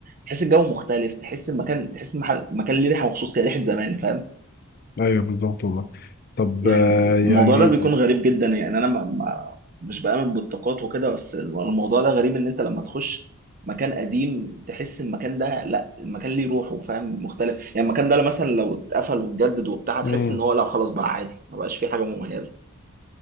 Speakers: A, on the right (about 40°); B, on the left (about 45°).
A: تحس الجو مختلف تحس المكان تحس المحل المكان ليه ريحه مخصوص كده ريحه زمان فاهم
B: ايوه بالظبط والله طب
A: يعني
B: آه، يعني
A: الموضوع ده بيكون غريب جدا يعني انا ما ما مش بآمن بالطاقات وكده بس الموضوع ده غريب ان انت لما تخش مكان قديم تحس المكان ده لا المكان ليه روحه فاهم مختلف يعني المكان ده مثلا لو اتقفل واتجدد وبتاع هتحس
B: امم
A: ان هو لا خلاص بقى عادي ما بقاش فيه حاجة مميزة